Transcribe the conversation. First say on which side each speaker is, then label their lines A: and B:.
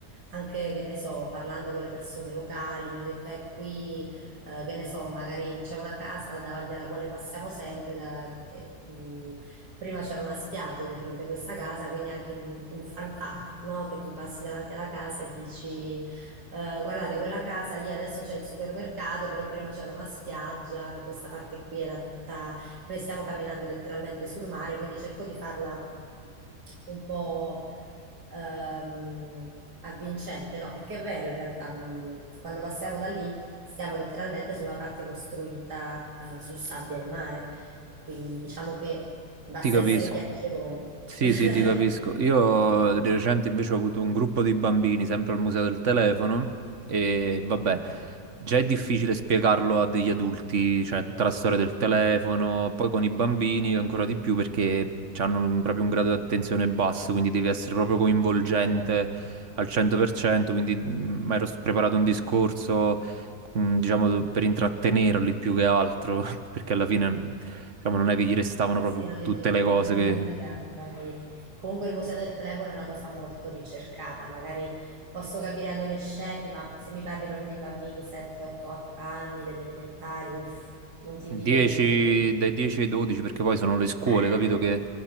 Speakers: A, on the right; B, on the right.
A: anche, che ne so, parlando con le persone locali, mi hanno detto, eh, qui, eh, che ne so, magari c'è una casa davanti alla quale passiamo sempre. da- e, mm, prima c'era una spiaggia di fronte a questa casa, quindi anche un un fun fact, no? Che tu passi davanti alla casa e dici... Eh, guardate, quella casa lì adesso c'è il supermercato, però prima c'era una spiaggia, questa parte qui era tutta... Noi stiamo camminando letteralmente sul mare, quindi cerco di farla un po' ehm, avvincente, no? Perché è vero, in realtà, mh, quando passiamo da lì stiamo letteralmente su una parte costruita eh, su sabbia e mare, quindi diciamo che basta
B: Ti capisco.
A: essere chiacchieroni.
B: Sì,
A: <laughs>
B: sì, ti capisco. Io di recente invece ho avuto un gruppo di bambini, sempre al museo del telefono, e vabbè,
A: Ah,
B: già è difficile spiegarlo a degli adulti, cioè tutta la storia del telefono, poi con i bambini ancora di più perché hanno un- proprio un grado di attenzione basso, quindi devi essere proprio coinvolgente
A: eh, certo.
B: al 100%, quindi mi ero s- preparato un discorso, mm, diciamo, per intrattenerli più che altro, <laughs> perché alla fine, diciamo, non è che gli restavano
A: Eh
B: proprio
A: sì, non li
B: tutte
A: devi,
B: le cose
A: non li devi
B: che...
A: annoiare i bambini. Comunque il museo del telefono è una cosa molto ricercata, magari posso capire adolescenti, ma se mi parli proprio di bambini 7-8 anni, delle elementari, uff, non ti
B: 10,
A: invidio per niente.
B: dai 10 ai 12 perché poi sono le scuole,
A: Eh,
B: capito,
A: pure-
B: che,